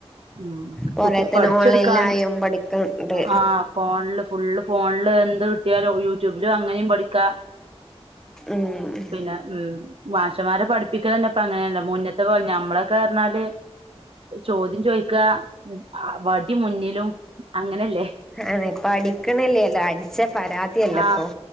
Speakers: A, on the right; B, in the centre.
A: ഉം
B: കൊറേ
A: കുട്ടി
B: തന്നെ
A: പഠിച്ചെടുക്കാൻ
B: ഓൺലൈൻലായും പഠിക്ക്ണ്ട്.
A: ആ ഫോണില് ഫുള്ള് ഫോണില് എന്ത് കിട്ട്യാലും യൂട്യൂബിലും അങ്ങനിം പഠിക്കാ.
B: ഉം
A: പിന്നെ ഉം മാഷമാരെ പഠിപ്പിക്കലെന്നെ ഇപ്പ അങ്ങനേണ്ല്ലൊ. മുന്ന്ത്തെ പോലെ ഞമ്മളൊകേറ്ഞ്ഞാല്. ചോദ്യം ചോയ്ക്ക. ചോദ്യം ചോയ്ക്കാ വടി മുന്നിലും അങ്ങനെല്ലെ.
B: അതെ. പഠിക്ക്ണ്ല്ലല്ലൊ. അടിച്ച പരാതിയെല്ലെ
A: ആഹ്
B: ഇപ്പം.